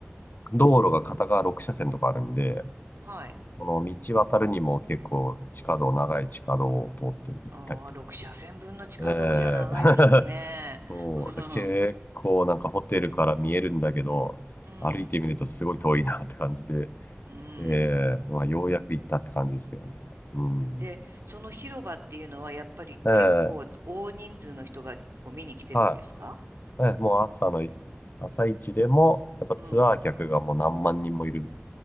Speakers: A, on the left; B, on the right.
A: 道路が片側6車線とかあるんで、
B: はい。
A: この道渡るにも結構地下道、長い地下道を通って行ったりとか。
B: ああ、6車線分の地下道じゃ長いでしょうね。
A: ええ <laughs> そう。
B: うん、
A: だ結構なんかホテルから見えるんだけど、
B: うん、
A: 歩いてみるとすごい遠いなって感じで、
B: うん。
A: ええまあようやく行ったって感じですけどね。うん。
B: で、その広場っていうのはやっぱり結構大人数の人がこう見に来てるんですか
A: ええはい。え、もう朝のい、朝一でも、やっぱツアー客がもう何万人もいる
B: うん。